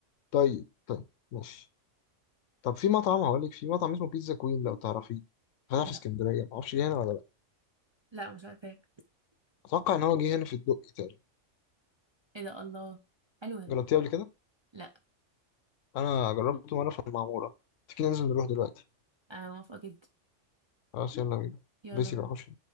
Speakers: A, on the left (about 80°); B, on the right (about 35°).
A: طيب طيب ماشي طب في مطعم هقول لك في مطعم اسمه بيتزا كوين لو تعرفيه فتح في
B: لا
A: اسكندرية معرفش جه هنا ولا لأ
B: لا مش عارفة ايه
A: أتوقع إن هو جه هنا في الدقي تقريبا
B: إيه ده الله حلوة
A: جربتيه قبل كده؟
B: لا
A: أنا جربته مرة في المعمورة تيجي ننزل نروح دلوقتي
B: انا موافقة جدا
A: خلاص يلا بينا
B: يلا
A: بس
B: بينا.
A: يبقى خش